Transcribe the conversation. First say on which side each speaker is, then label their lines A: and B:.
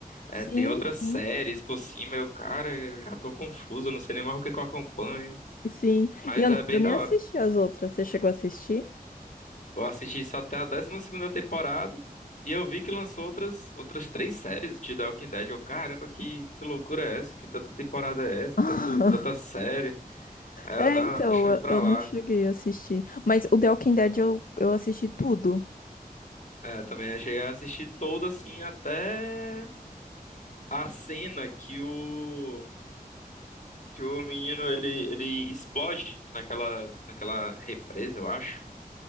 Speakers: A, on the left; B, on the left.
A: Sim,
B: É, tem outras
A: sim.
B: séries por cima, eu, cara, eu já tô confuso, eu não sei nem mais o que que eu acompanho.
A: Sim.
B: Mas
A: E eu,
B: é bem
A: eu nem
B: da
A: assisti
B: hora.
A: as outras. Você chegou a assistir?
B: Eu assisti só até a décima segunda temporada e eu vi que lançou outras, outras três séries de The Walking Dead. Eu, caramba, que, que loucura é essa? Que tanta temporada é essa?
A: <laughs>
B: Tanto, tanta série? Aí
A: É,
B: eu, não,
A: então,
B: deixa
A: eu,
B: pra
A: eu
B: lá.
A: não cheguei a assistir. Mas o The Walking Dead eu, eu assisti tudo.
B: É, também eu também cheguei a assistir toda assim até a cena que o que o menino ele, ele explode naquela naquela represa, eu acho,